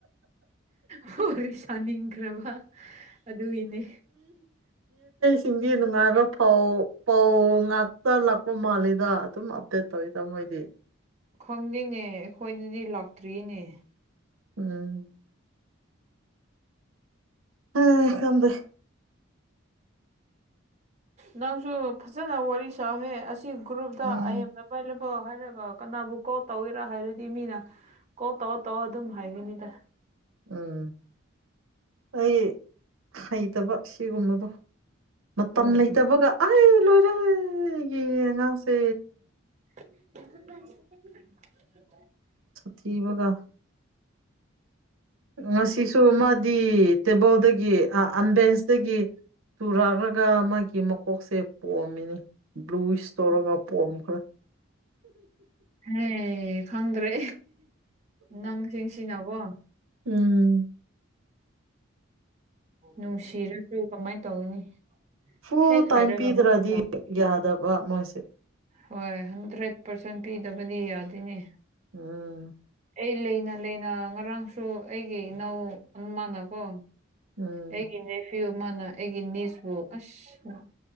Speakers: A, on the right (about 35°); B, on the right (about 75°).
A: ꯍ ꯁꯅꯤ ꯈ꯭ꯔꯕ ꯑꯗꯨꯒꯤꯅꯦ
B: ꯁꯤꯡꯒꯤ ꯅꯨꯡꯉꯥꯏꯕꯧ ꯄꯥꯎ ꯉꯥꯛꯇ ꯂꯥꯛꯄ ꯃꯥꯜꯂꯤꯗ ꯑꯗꯨꯝ ꯑꯞꯗꯦꯠ ꯇꯧꯋꯤ ꯇꯥꯃꯣꯣꯏꯗꯤ
A: ꯈꯪꯗꯦꯅꯦ ꯑꯩꯈꯣꯏꯗꯗꯤ ꯂꯥꯛꯇ꯭ꯔꯤꯅꯦ
B: ꯎꯝ ꯑ ꯊꯝꯕ
A: ꯅꯪꯁꯨ ꯐꯖꯅ ꯋꯥꯔꯤ ꯁꯍꯦ ꯑꯁꯤ ꯒ꯭ꯔꯨꯞꯇ
B: ꯎꯝ
A: ꯑꯦꯝꯕ ꯑꯣ ꯍꯥꯏꯔꯒ ꯀꯅꯥꯕꯨ ꯀꯣꯜ ꯇꯧꯒꯦꯔꯥ ꯍꯥꯏꯔꯗꯤ ꯃꯤꯅ ꯀꯣ ꯇꯧꯑꯣꯣ ꯇꯧꯑꯣ ꯑꯗꯨꯝ ꯍꯥꯏꯒꯅꯤꯗ
B: ꯎꯝ ꯑꯩ ꯍꯩꯇꯕ ꯁꯤꯒꯨꯝꯕꯗꯣ ꯃꯇꯝ
A: ꯎꯝ
B: ꯂꯩꯇꯕꯒ ꯑꯩ ꯂꯣꯏꯔꯦ ꯌꯦ ꯉꯥꯡꯥꯁꯦ
A: <inaudible>
B: ꯊꯤꯕꯒ ꯉꯁꯤꯁꯨ ꯃꯥꯗꯤ ꯇꯦꯕꯜꯗꯒꯤ ꯑ ꯕꯦꯟꯁꯇꯒꯤ ꯆꯨꯔꯂꯒ ꯃꯥꯒꯤ ꯃꯀꯣꯛꯁꯦ ꯄꯣꯛꯑꯝꯃꯤꯅꯤ ꯕ꯭ꯂꯨ ꯁꯇꯣꯣꯔꯒ ꯄꯝ ꯈ
A: ꯍꯦ ꯈꯪꯗ꯭ꯔꯦ ꯅꯪꯁꯤꯡꯁꯤꯅꯀꯣ
B: ꯎꯝ
A: ꯅꯨꯡꯁꯤꯔꯁꯨ ꯀꯃꯥꯏꯅ ꯇꯧꯅꯤ
B: ꯐꯨ
A: ꯍꯦꯛ
B: ꯇꯥꯏꯝ
A: ꯍꯥꯏꯔꯒ
B: ꯄꯤꯗ꯭ꯔꯗꯤ
A: ꯑꯃꯨꯛꯀ
B: ꯌꯥꯗꯕ ꯃꯣꯏꯁꯦ
A: ꯍꯣꯏ ꯍꯟꯗ꯭ꯔꯦꯠ ꯄꯥꯔꯁꯦꯟ ꯄꯤꯗꯕꯗꯤ ꯌꯥꯗꯣꯏꯅꯦ
B: ꯎꯝ
A: ꯑꯩ ꯂꯩꯅ ꯂꯩꯅ ꯉꯔꯥꯡꯁꯨ ꯑꯩꯒꯤ ꯏꯅꯥꯎ ꯑꯃꯅꯀꯣ
B: ꯎꯝ
A: ꯑꯩꯒꯤ ꯃꯦꯁꯤꯕꯨ ꯃꯥꯅ ꯑꯩꯒꯤ ꯃꯤꯁꯄꯨ ꯑꯁ